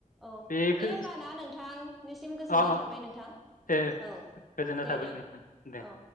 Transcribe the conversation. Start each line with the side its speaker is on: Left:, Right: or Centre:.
Centre: औ
Left: बेखो
Centre: दे होम्बा ना नोंथांनिसिम गोजोननाय
Left: अ अ
Centre: थाबाय नोंथां
Left: दे
Centre: औ
Left: गोजोननाय
Centre: दे
Left: थाबाय
Centre: दे औ।
Left: नोंथां दे।